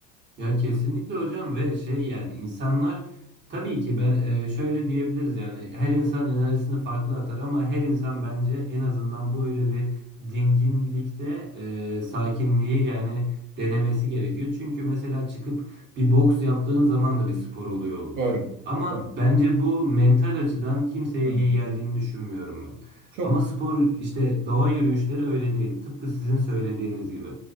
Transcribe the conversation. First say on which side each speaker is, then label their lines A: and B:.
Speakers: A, on the right; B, on the right.
A: Ya kesinlikle hocam ve şey yani insanlar tabii ki ben e, şöyle diyebiliriz yani her insan enerjisini farklı atar ama her insan bence en azından bu öyle bir dinginlikte e, sakinliği yani denemesi gerekiyor. Çünkü mesela çıkıp bir boks yaptığın zaman da bir spor oluyor bu.
B: Doğru.
A: Ama
B: Evet.
A: bence bu mental açıdan kimseye
B: Hı.
A: iyi geldiğini düşünmüyorum ben.
B: Çok
A: Ama spor işte doğa yürüyüşleri öyle değil. Tıpkı sizin söylediğiniz gibi.